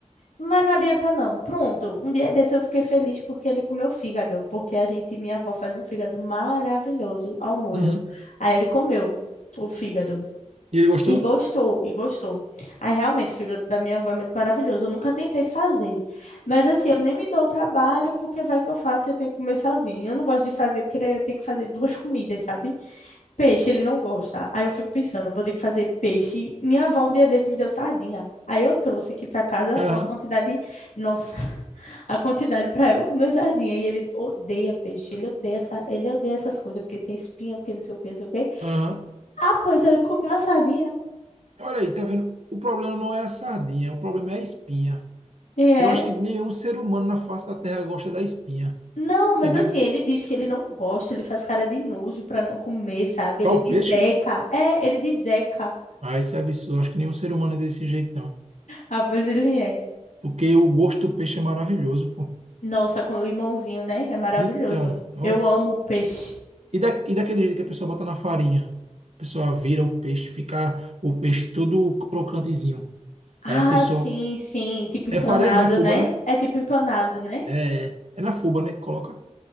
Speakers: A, on the left (about 80°); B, on the right (about 60°).
A: Mas não adianta não. Pronto, um dia desse eu fiquei feliz porque ele comeu fígado, porque a gente, minha avó, faz um fígado maravilhoso ao molho.
B: Uhum.
A: Aí ele comeu o fígado.
B: E ele gostou?
A: E gostou, e gostou. Aí realmente o fígado da minha avó é muito maravilhoso. Eu nunca tentei fazer. Mas assim, eu nem me dou o trabalho, porque vai que eu faço e eu tenho que comer sozinha. Eu não gosto de fazer, porque daí eu tenho que fazer duas comidas, sabe? Peixe, ele não gosta. Aí eu fico pensando, vou ter que fazer peixe. Minha avó um dia desse me deu sardinha. Aí eu trouxe aqui pra casa
B: Aham,
A: uma quantidade, nossa, <laughs> a quantidade pra eu comer sardinha. E ele odeia peixe, ele odeia essa, ele odeia essas coisas, porque tem espinha, porque não sei o que, não sei o quê.
B: aham.
A: Ah, pois ele comeu a sardinha.
B: Olha aí, tá vendo? O problema não é a sardinha, o problema é a espinha.
A: E é.
B: Eu acho que nenhum ser humano na face da Terra gosta da espinha,
A: Não,
B: entendeu?
A: mas assim, ele diz que ele não gosta, ele faz cara de nojo pra não comer, sabe?
B: Para
A: Ele
B: o
A: diz
B: peixe,
A: Zeca. É, ele diz Zeca.
B: ah, isso é absurdo. Acho que nenhum ser humano é desse jeito, não.
A: Ah, pois ele é.
B: Porque o gosto do peixe é maravilhoso, pô.
A: Nossa, com limãozinho, né? É maravilhoso.
B: Então, nossa.
A: Eu amo peixe.
B: E, da, e daquele jeito que a pessoa bota na farinha? A pessoa vira o peixe, fica o peixe todo crocantezinho.
A: Ah,
B: Aí a pessoa.
A: sim, sim. Tipo empanado,
B: É farinha, não é fuba,
A: né?
B: né?
A: É tipo empanado, né?
B: É, é na fuba, né? Que coloca.